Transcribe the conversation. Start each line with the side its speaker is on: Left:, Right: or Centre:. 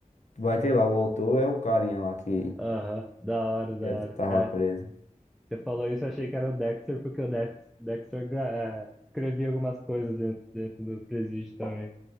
Left: vai ter lá, o autor é o carinha lá que,
Centre: Aham, da hora, da
Left: que era-
Centre: hora.
Left: que tava
Centre: É,
Left: preso.
Centre: você falou isso, eu achei que era o Dexter, porque o Dex- Dexter, gra- é, escrevia algumas coisas dentro, dentro do Presídio também.